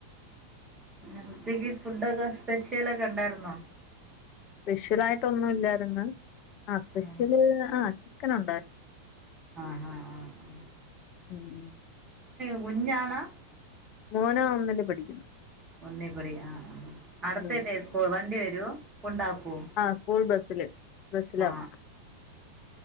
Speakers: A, on the right; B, on the left.
A: പിന്നെ ഉച്ചക്ക് ഫുഡൊക്കെ സ്പെഷ്യലൊക്കെ ഉണ്ടായിരുന്നോ?
B: സ്പെഷ്യൽ ആയിട്ടൊന്നും ഇല്ലായിരുന്നു ആ സ്പെഷ്യല്
A: ആഹ്
B: ആ ചിക്കൻ ഉണ്ടായിരുന്നു.
A: ആഹ് ആഹ് ആഹ്
B: ഉം.
A: <unintelligible>
B: മോനോ ഒന്നില് പഠിക്കുന്നു.
A: ഒന്നിപ്പൊടി ആ ആ അടുത്തന്നെ
B: ഉം
A: സ്കൂൾ വണ്ടി വരുവോ? കൊണ്ടാക്കോ
B: ആ സ്കൂൾ ബസ്സില് ബസ്സിലാ
A: ആ.
B: പോണെ.